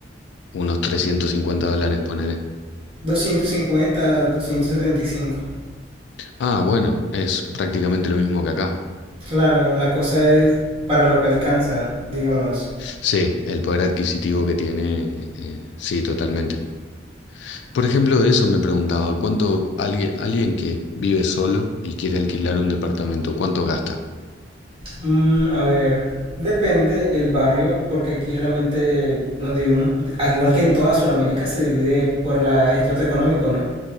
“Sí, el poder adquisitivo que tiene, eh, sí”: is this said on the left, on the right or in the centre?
Left